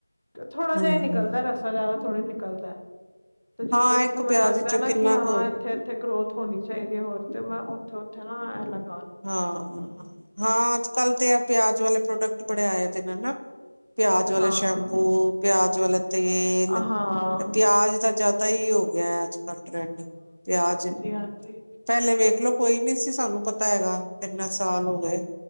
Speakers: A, on the left; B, on the right.
A: ਥੋੜਾ
B: ਹਮ
A: ਜਿਹਾ ਈ ਨਿਕਲਦਾ ਰਸ ਜਾਦਾ ਥੋੜ੍ਹੀ ਨਿਕਲਦਾ ਤੇ ਜਿੱਥੋਂ-ਜਿੱਥੋਂ
B: ਹਾਂ ਇੱਕ
A: ਮੈਨੂੰ
B: ਪਿਆਜ
A: ਲੱਗਦਾ
B: ਵਿੱਚੋਂ
A: ਨਾ
B: ਕਿੰਨਾ
A: ਕਿ ਹਾਂ
B: ਕੁ
A: ਏਥੇ ਜਿੱਥੇ ਗਰੋਥ ਹੋਨੀ ਚਾਹੀਦੀ ਹੋਰ ਤੇ ਮੈਂ ਓਥੇ-ਓਥੇ ਨਾ ਏ ਲੱ
B: ਹਾਂ, ਹਾਂ ਅੱਜ-ਕੱਲ੍ਹ ਤੇ ਐ ਪਿਆਜ ਵਾਲੇ ਪ੍ਰੋਡਕਟ ਬੜੇ ਆਏ ਦੇ ਨਾ। ਪਿਆਜ਼ ਵਾਲੇ
A: ਹਾਂ
B: ਸ਼ੈਂਪੂ, ਪਿਆਜ਼ ਵਾਲੇ ਤੇਲ,
A: ਹਾਂ
B: ਪਿਆਜ਼ ਦਾ ਜਾਦਾ ਹੀ ਹੋ ਗਿਆ ਅੱਜ-ਕੱਲ ਟਰੈਂਡ ਪਿਆਜ਼
A: ਪਿਆਜ਼ ਵੀ
B: ਪਹਿਲੇ ਵੇਖਲੋ ਕੋਈ ਨੀ ਸੀ ਸਾਨੂੰ ਪਤਾ ਹੈਗਾ, ਏਨੇ ਸਾਲ ਹੋ ਗਏ